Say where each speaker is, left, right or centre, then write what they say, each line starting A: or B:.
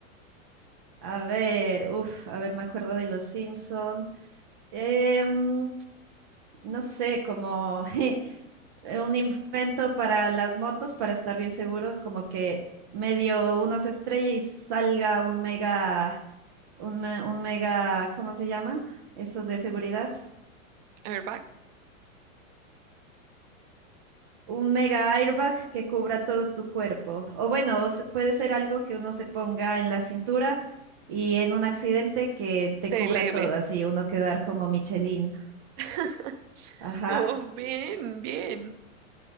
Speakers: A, on the right; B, on the right.
A: a ver, uff, a ver, me acuerdo de Los Simpson. Em, no sé, como <laughs> eh, un invento para las motos, para estar bien seguro, como que medio uno se estrella y salga un mega, un, me- un mega, ¿cómo se llaman? Esos de seguridad.
B: A ver, va,
A: Un mega airbag que cubra todo tu cuerpo. O bueno, o s- puede ser algo que uno se ponga en la cintura y en un accidente que te
B: te
A: cubra
B: leve.
A: todo, así uno quedar como Michelin.
B: <laughs>
A: Ajá,
B: Uf, bien, bien.